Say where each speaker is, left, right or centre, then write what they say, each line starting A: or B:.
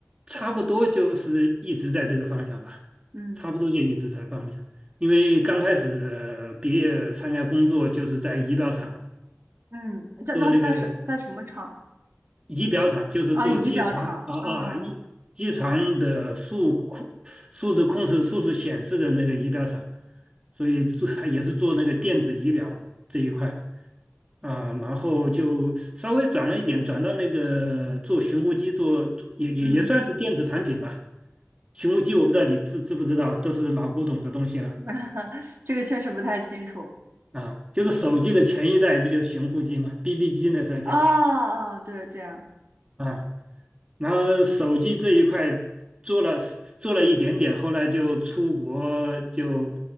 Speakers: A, on the right; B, on the right.
A: 差不多就是一直在这个方向吧，
B: 嗯
A: 差不多就一直在方向。因为刚开始毕业参加工作就是在仪表厂
B: 嗯，叫叫在什在什么厂？
A: 做那个。仪表厂就是做机床啊啊一机床的数控数字控制、
B: 啊，仪表厂，嗯
A: 数字显示的那个仪表厂，所以做也是做那个电子仪表这一块啊，然后就稍微转了一点，转到那个做寻呼机做，做也也也算是电子产品吧。
B: 嗯，
A: 寻呼机我不知道你知知不知道，都是老古董的东西了
B: <laughs> 这个确实不太清楚。
A: 啊，就是手机的前一代不就是寻呼机嘛，BB 机那时候叫
B: 哦哦，对，这样，
A: 啊。然后手机这一块做了做了一点点，后来就出国，就